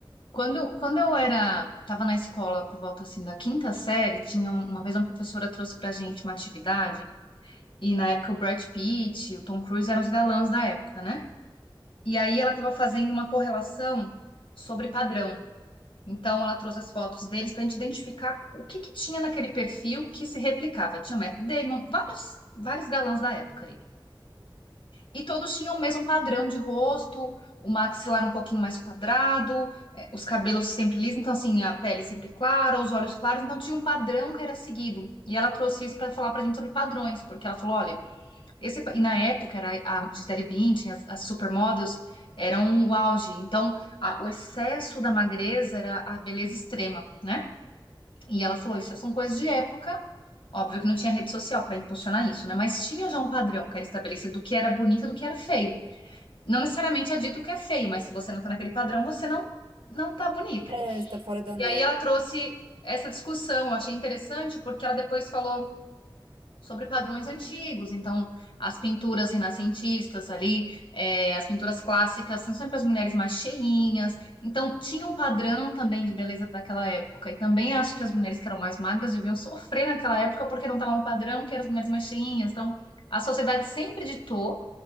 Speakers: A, on the left; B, on the right.
A: quando, quando eu era, estava na escola por volta assim da quinta série, tinha um- uma vez uma professora trouxe pra gente uma atividade e na época o Brad Pitt, o Tom Cruise eram os galãs da época, né? E aí ela estava fazendo uma correlação sobre padrão. Então ela trouxe as fotos deles pra gente identificar o que que tinha naquele perfil que se replicava. Tinha o Matt Damon, vários, vários galãs da época ali. E todos tinham o mesmo padrão de rosto, o maxilar um pouquinho mais quadrado, eh, os cabelos sempre lisos, então assim, a pele sempre clara, os olhos claros, então tinha um padrão que era seguido. E ela trouxe isso para falar pra gente sobre padrões, porque ela falou, olha, esse pa- e na época era a Gisele Bündchen, as, as supermodels eram o auge. Então, a- o excesso da magreza era a beleza extrema, né? E ela falou, isso são coisas de época. Óbvio que não tinha rede social para impulsionar isso, né? Mas tinha já um padrão que era estabelecido do que era bonito e do que era feio. Não necessariamente é dito que é feio, mas se você não tá naquele padrão, você não não tá bonito.
B: É, está fora da norma.
A: E aí ela trouxe essa discussão, eu achei interessante porque ela depois falou sobre padrões antigos, então as pinturas renascentistas ali, é, as pinturas clássicas, são sempre as mulheres mais cheinhas, então tinha um padrão também de beleza para aquela época, e também acho que as mulheres que eram mais magras deviam sofrer naquela época porque não estava um padrão que eram as mulheres mais cheinhas, então a sociedade sempre ditou,